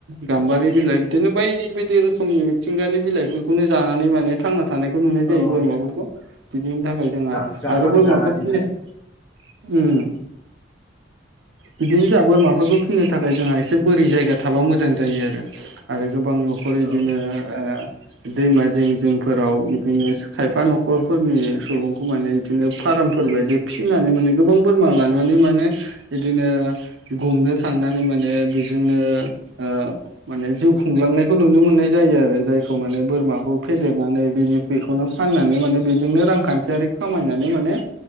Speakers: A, on the right; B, on the left.
A: गाम्बारि बिलाइ बिदिनो बायदि बायदि बायदि रोखोमनि मिथिंगानि बिलाइफोरखौनो जानानै माने थांना थानायखौ नुनाय जायो
B: औ औ
A: बोरमाफोरखौ बिनि थाखाय जोंहा
B: गांसो गांलाखौ
A: आरो बोरमाफोर
B: जानानै
A: फिनो
B: थायो
A: था उम बिदिनो जोंहा बोरमाफोरखौ फैनो थाखाय जोंहा एसे बोरै जायगा थाबा मोजां जायो आरो गोबां न'खर बिदिनो
B: औ
A: उह दैमा जिं जिं फोराव बिदिनो खायफा न'खरफोरनि सुबुंखौ माने बिदिनो फार फार्रमफोर बायदि फिसिनानै माने गोबां बोरमा लानानै माने बिदिनो गुमनो थांनानै माने बेजोंनो उह माने जिउ खुंलां नुयनाखौ नुनो मोननाय जायो आरो जायखौ माने बोरमाखौ फेदेरनानै बिनि बेखौनो फाननानै माने बेजोंनो रांखान्थियारि खामायनानै माने